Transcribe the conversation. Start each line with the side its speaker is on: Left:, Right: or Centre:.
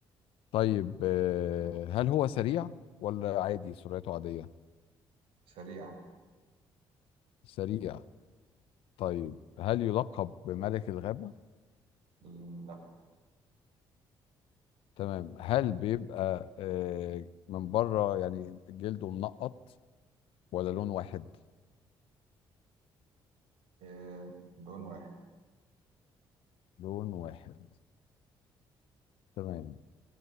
Left: طيب آه، هل هو سريع ولا عادي سرعته عادية؟
Right: سريع
Left: سريع طيب هل يلقب بملك الغابة؟
Right: لا
Left: تمام هل بيبقى آه، من بره يعني جلده منقط ولا لون واحد؟
Right: إيه لون واحد
Left: لون واحد تمام